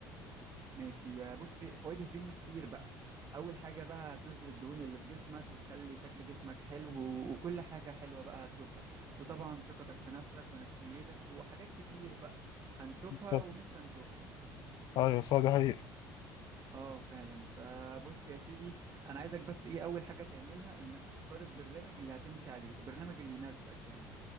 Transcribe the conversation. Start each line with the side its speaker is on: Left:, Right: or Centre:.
Right: ماشي يا بص فوائد الجيم كتير بقى اول حاجه بقى هتنزل الدهون اللي في جسمك وتخلي شكل جسمك حلو و- وكل حاجه حلوه بقى هتشوفها وطبعا ثقتك في نفسك ونفسيتك وحاجات كتير بقى هنشوفها
Left: طب.
Right: ومش هنشوفها
Left: ايوه صح دي حقيقة
Right: اه فعلا فبص يا سيدي انا عايزك بس ايه اول حاجه تعملها انك تختار البرنامج اللي هتمشي عليه البرنامج اللي يناسبك يعني